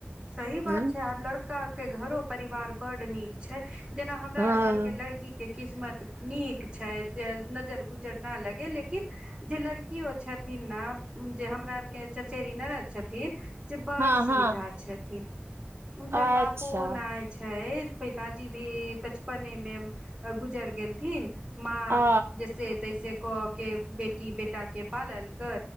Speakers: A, on the right (about 25°); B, on the right (about 85°).
A: सही बात
B: हूँ
A: छै, आर लड़का के घरो परिवार बड नीक छै। जेना हमरा
B: हँ
A: आर घरके लड़कीके किस्मत नीक छै, जे नजर गुजर ना लगै, लेकिन जे लड़कियो छथिन ने जे हमरा आरके चचेरी ननद छथिन बड
B: हँ
A: सीधा
B: हँ
A: छथि थिन। हुनकर
B: अच्छा
A: बापो ओनाये छै। पिताजी भी बचपने मे अ गुजर गेलथिन। माँ
B: आ
A: जैसे-तैसे क के बेटी बेटा के पाललकै